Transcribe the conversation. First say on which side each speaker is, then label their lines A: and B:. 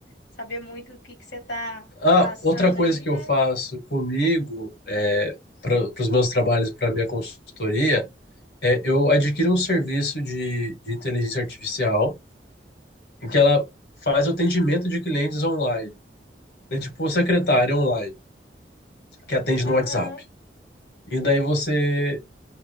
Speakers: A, on the left; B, on the left.
A: saber muito o que que você tá
B: Ah,
A: passando
B: outra coisa
A: aí,
B: que eu
A: né?
B: faço comigo é, para os meus trabalhos, para minha consultoria, é eu adquiro um serviço de, de inteligência artificial em que ela faz o atendimento de clientes online. É tipo secretária online, que atende
A: Aham.
B: no WhatsApp. E daí você